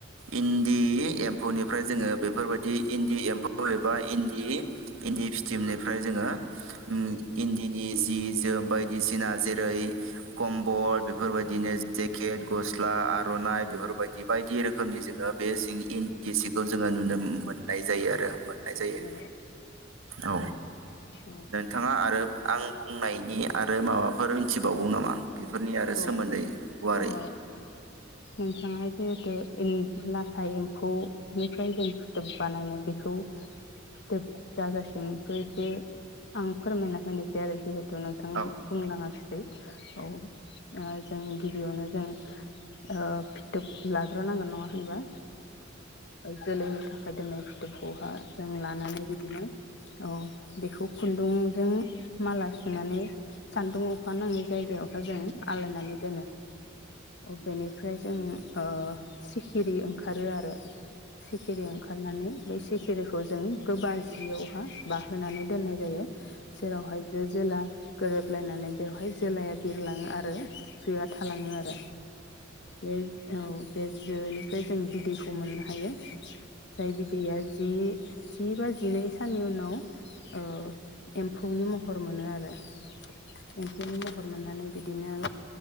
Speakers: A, on the right; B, on the left.
A: इन्दि एम्फौनिफ्राय जोंङो बेफोर बेफोरबादि इन्दि एम्फौ एबा इन्दि इन्दि फिथोबनिफ्राय जोङो उम इन्दिनि जि जोम बायदिसिना जेरै-कम्बल बेफोरबायदिनो जेकेट, गस्ला, आर'नाइ बेफोरबादि बायदि रोखोमनि जोङो बे जि इन्द बिसिखौ जोङो नुनोम मोननाय जायो आरो मोननाय जायो
B: औ
A: औ
B: औ
A: नोंथाङा आरो रोब आं बुंनायनि आरो माबाफ फोर मिथिबावगौ नामा? बेफोरनि आरो
B: औ
A: सोमोन्दै गुवारै
B: ओ नोंथाङा जिहेथु इन्द लाथा एम्फौनिफ्राय जों फिथोब बानायनाय बेखौ फिथोब जाजासिमखो जे आं फोरमायना होनोसै आरो एसे जिहेतु नोंथाङा
A: औ
B: बुंलाङाखिसै औ जों गिबियावनो जों ओब फिथोब लाथ हरग्रो नांगोन नङा होनबा जोलैनि थाखाय दोननाय फिथोबखौहाय जों लानानै बिदिनो औ बेखौ खुन्दुंजों माला सुनानै सान्दुं अखा नाङै जायगायावहा जों आलायनानै दोनो । अबेनि ओमफ्राय जों ओं सिखिरि ओंखारो आरो सिखिरि ओंखारनानै बै सिखिरिखौ जों गोबाजियावहा बाहोनानै दोननाय जायो । जेरावहाय जो जेला गोरोबलायनानै बेवहाय जोलाया बिरलाङो आरो जोआ थालाङो आरो । बे औ बे जोनि ओमफ्राय जों बिदैखौ मोननो हायो जाय बिदैया जि जि बा जिनै साननि उनाव ओ एम्फौनि महर मोनो आरो । एम्फौनि मह मोननानै बि दिनो